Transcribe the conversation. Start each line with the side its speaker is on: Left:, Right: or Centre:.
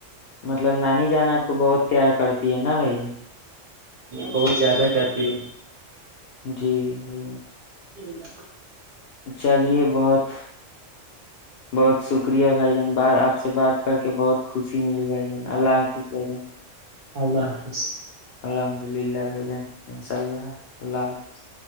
Left: مطلب نانی جانا آپ کو بہت تیار کرتی ہے نا بھائی
Right: بہت زیادہ کرتی ہے
Left: جی بھائی
Right: جٹھ <inaudible>
Left: چلیے بہت بہت شکریہ بھائی جان آپ سے بات کر کے بہت خوشی ملی بھائی جان اللہ حافظ بھائی جان
Right: اللہ حافظ
Left: الحمد للہ بھائی جان انشاء اللہ اللہ حافظ